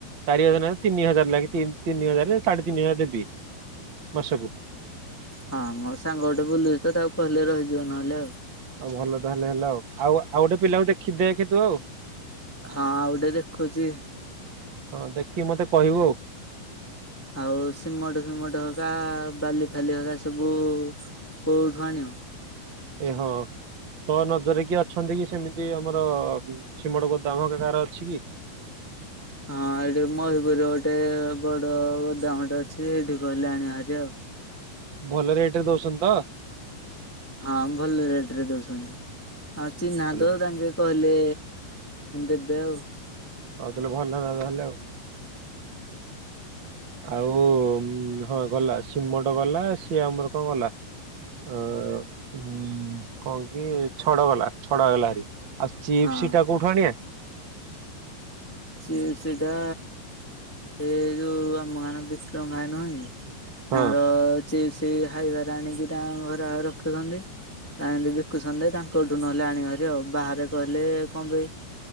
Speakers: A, on the right; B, on the left.
A: ଚାରି ହଜାର ନ ତିନି ହଜାର ଲାଗି ତିନ ତିନି ହଜାର ସାଢେ ତିନି ହଜାର ଦେବି ମାସକୁ।
B: ହଁ ମୋ ସାଙ୍ଗ ଗୋଟେ ବୁଲୁଛି ତ ତାକୁ କହିଲେ ରହିଯିବ ନହେଲେ ଆଉ।
A: ଆଉ ଭଲ ତାହେଲେ ହେଲା ଆଉ ଆଉ ଆଉ ଗୋଟେ ପିଲାକୁ ଦେଖି ଦେଖ ତୁ ଆଉ।
B: ହଁ ଆଉ ଗଟେ ଦେଖୁଚି।
A: ହଁ ଦେଖିକି ମତେ କହିବୁ ଆଉ
B: ଆଉ ସିମଟ ଫିମଟ ହକା ବାଲି ଫାଲି ହକା ସବୁ କେଉଠୁ ଆଣିବ?
A: ଏ ହଁ ତ ନଜରରେ କିଏ ଅଛନ୍ତି କି ସେମିତି ଆମର ସିମଟ ଗୋଦମ ହେକା କାହାର ଅଛି କି?
B: ହଁ ଏଇଠି ମୟୂରପୁରରେ ଗୋଟେ ବଡ ଗୋଦାମଟେ ଅଛି ସେଇଠି କହିଲେ ଆଣ ବାହାରି ଆଉ।
A: ଭଲ ରେଟ ରେ ଦଉଛନ୍ତି ତ?
B: ହଁ ଭଲ ରେଟ ରେ ଦଉଛନ୍ତି ଆଉ ଚିହ୍ନା
A: ତାହେଲେ
B: ଦ ତାଙ୍କେ କହିଲେ ଦେବେ ଆଉ।
A: ହୋଉତାହେଲେ ଭଲ ହେଲେ ଆଉ। ଆଉ ହଁ ଗଲା ଶିମଟ ଗଲା ସିଏ ଆମର କଣ ଗଲା ଅ ଉ କଣ କି ଛଡ ଗଲା ଛଡ ହେଲାର ଆଉ ଚିପ୍ସ
B: ହଁ
A: ଟା କୋଉଠୁ ଆଣିବା?
B: ଚିପ୍ସ ଟା ଏ ଯୋଉ ଆମ ଗାଁ ବିକ୍ରମ ଭାଇ ନୁହେଁ କି
A: ହଁ
B: ତାଙ୍କର ଚିପ୍ସ ହାୱାରେ ଆଣିକି ତାଙ୍କ ଘରେ ରଖିଛନ୍ତି। ତା ଏମତି ବିକୁ ସନ୍ତୀ ତାଙ୍କଠୁ ନହେଲେ ଆଣିବା ହାରି ଆଉ ବାହାରେ କହିଲେ କଣ ପାଇଁ